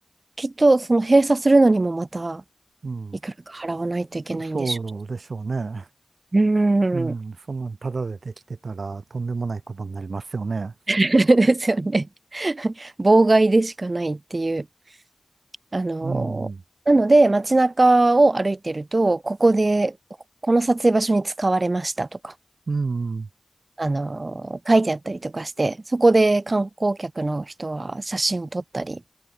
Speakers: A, on the right (about 55°); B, on the right (about 85°).
A: きっとその閉鎖するのにもまた
B: うん、
A: いくらか払わないといけないんでしょ
B: そうでしょうね。
A: う。うーん。
B: うん、そんなんタダでできてたらとんでもないことになりますよね。
A: <laughs> ですよね。<laughs> 妨害でしかないっていう。あのーなので、
B: うん、
A: 街中を歩いてると、ここで、この撮影場所に使われましたとか、
B: うん、
A: あのー書いてあったりとかして、そこで観光客の人は写真を撮ったり